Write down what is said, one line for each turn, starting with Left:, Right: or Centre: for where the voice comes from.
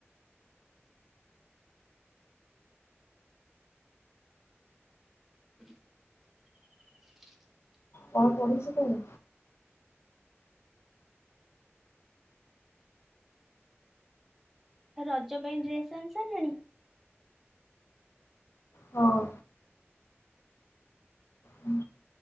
Centre: <inaudible>
Left: କଣ ପଢୁଛ ତମେ?
Centre: ରଜ ପାଇଁ ଡ୍ରେସ୍ ଆଣି ସାରିଲଣି?
Left: ହଁ। ହୁଁ